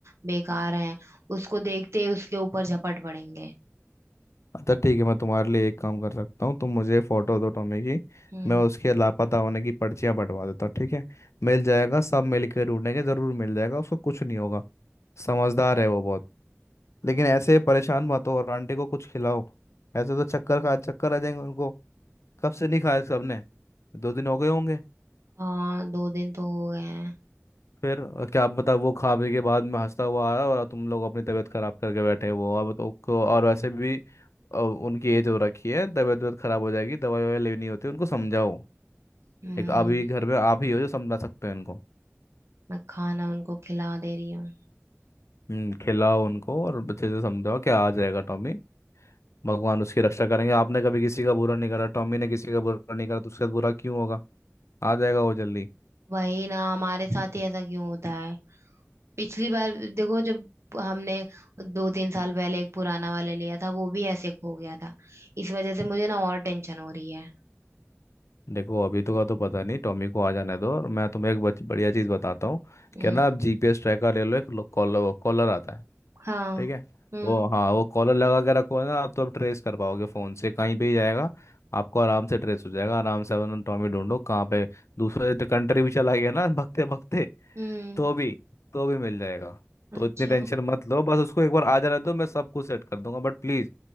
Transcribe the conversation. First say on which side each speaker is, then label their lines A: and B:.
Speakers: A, on the right; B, on the left.
A: बेकार हैं उसको देखते ही उसके ऊपर झपट पड़ेंगे
B: अच्छा ठीक है मैं तुम्हारे लिए एक काम कर सकता हूँ तुम मुझे फोटो दो टॉमी की
A: हम्म
B: मैं उसके लापता होने की पर्चियाँ बंटवा देता हूँ ठीक है मिल जाएगा सब मिल के ढूंढेंगे जरूर मिल जाएगा उसको कुछ नहीं होगा समझदार है वो बहुत लेकिन ऐसे परेशान मत हो और आंटी को कुछ खिलाओ ऐसे तो चक्कर खा चक्कर आ जाएंगे उनको कब से नहीं खाया सबने दो दिन हो गए होंगे
A: हाँ दो दिन तो हो गए हैं
B: फिर अ, क्या बता वो खा पी के बाद में हंसता हुआ आया और तुम लोग अपनी तबीयत खराब करके बैठे हो अब तो को- और वैसे भी अ, उनकी एज हो रखी है तबीयत वबीयत खराब हो जाएगी दवाई ववाई लेनी होती है उनको समझाओ
A: हम्म
B: एक अभी घर में आप ही हो जो समझा सकते हैं उनको
A: मैं खाना उनको खिला दे रही हूँ
B: हम्म, खिलाओ उनको और अच्छे से समझाओ क्या आ जाएगा टॉमी भगवान उसकी रक्षा करेंगे आपने कभी किसी का बुरा नहीं करा टॉमी ने किसी का बुरा नहीं करा तो उसके साथ बुरा क्यों होगा आ जाएगा वो जल्दी
A: वही ना हमारे साथ ही ऐसा क्यों होता है पिछली बार देखो जब हमने दो तीन साल पहले एक पुराना वाले लिया था वो भी ऐसे खो गया था इस वजह से मुझे ना और टेंशन हो रही है
B: देखो अभी तो का तो पता नहीं टॉमी को आ जाने दो और मैं तुम्हें एक बच, बढ़िया चीज़ बताता हूँ
A: हम्म
B: क्या ना आप जीपीएस ट्रैकर ले लो एक कॉलर कॉलर आता है
A: हाँ
B: ठीक है
A: हम्म
B: वो हाँ वो कॉलर लगा के रखो ना आप तो आप ट्रेस कर पाओगे फ़ोन से कहीं पे ही जाएगा आपको आराम से ट्रेस हो जाएगा आराम से अपना टॉमी ढूंढो कहाँ पे दूसरे तो कंट्री भी चला गया ना भगते भगते
A: हम्म
B: तो भी तो भी मिल जाएगा
A: अच्छा
B: तो इतनी टेंशन मत लो बस उसको एक बार आ जाने दो मैं सब कुछ सेट कर दूंगा बट प्लीज़